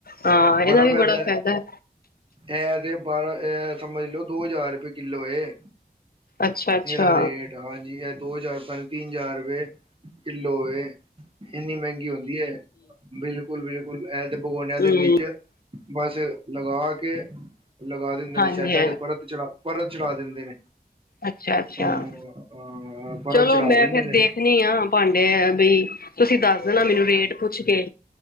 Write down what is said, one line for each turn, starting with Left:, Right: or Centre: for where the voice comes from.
Left: ਹਾਂ! ਇਹਦਾ ਵੀ
Right: ਫਾਇਦਾ
Left: ਬੜਾ
Right: ਹੈ
Left: ਫ਼ਾਇਦਾ ਐ।
Right: ਇਹ ਤੇ ਬਾਰਾਂ ਅਅ ਸਮਝ ਲੋਓ ਦੋ ਹਜ਼ਾਰ ਰੁਪਏ ਕਿੱਲੋ ਏ।
Left: ਅੱਛਾ ਅੱਛਾ
Right: ਏਦਾਂ ਰੇਟ--ਹਾਂਜੀ, ਇਹ ਦੋ ਹਜ਼ਾਰ-ਤਿੰਨ ਹਜ਼ਾਰ ਰੁਪਏ ਕਿੱਲੋ ਏ। ਇੰਨੀ ਮਹਿੰਗੀ ਹੁੰਦੀ ਐ ਇਹ, ਬਿਲਕੁ ਬਿਲਕੁਲ! ਬਿਲਕੁਲ! ਇਹ ਤੇ ਭਗੋਨਿਆਂ ਦੇ
Left: ਹਮ
Right: ਵਿੱਚ ਬਸ ਲਗਾ ਕੇ‌ ਲਗਾ ਦਿੰਦੇ
Left: ਹਾਂਜੀ
Right: ਨੇ ਸੈਡਾਂ
Left: ਹਾਂਜੀ
Right: 'ਤੇ, ਪਰਤ ਚੜਾ ਪਰਤ ਚੜ੍ਹਾ ਦਿੰਦੇ ਨੇ।
Left: ਅੱਛਾ! ਅੱਛਾ!
Right: ਹਾਂ ਪਰਤ
Left: ਚਲੋ,
Right: ਚੜਾ
Left: ਮੈਂ
Right: ਦਿੰਦੇ
Left: ਫੇਰ
Right: ਨੇ
Left: ਦੇਖਣੀ ਆ ਭਾਂਡੇ ਵਈ ਤੁਸੀਂ ਦੱਸ ਦੇਣਾ ਮੈਨੂੰ ਰੇਟ ਪੁੱਛ ਕੇ।